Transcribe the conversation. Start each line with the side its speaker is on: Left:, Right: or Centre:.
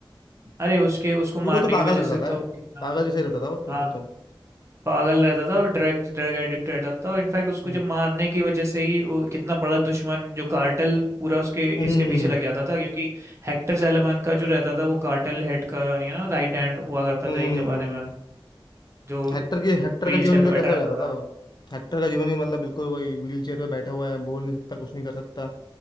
Right: अरे उसके उसको मारने
Left: टू को तो पागल
Right: की वजह
Left: रहता
Right: से तो
Left: था
Right: कितना
Left: पागल जैसे रहता था वो टू
Right: हाँ,
Left: को तो
Right: पागल रहता था और ड्रग ड्रग एडिक्ट रहता था और इनफैक्ट उसको
Left: हम्म
Right: जब मारने की वजह से ही वो कितना बड़ा दुश्मन जो कार्टेल पूरा उसके
Left: हम्म
Right: इसके पीछे लग जाता था क्योंकि हेक्टर salamanca जो रहता था वो कार्टेल हेड का यू नो राइट हैंड हुआ करता
Left: हम्म
Right: था एक जमाने में जो
Left: हेक्टर की हेक्टर
Right: व्हील
Left: का जीवन
Right: चेयर
Left: भी
Right: पे
Left: तो
Right: बैठा
Left: कैसा
Right: रहता
Left: हो जाता
Right: था
Left: था हेक्टर का जीवन भी मतलब बिल्कुल वही व्हील चेयर पे बैठा हुआ है बोल नहीं सकता कुछ नहीं कर सकता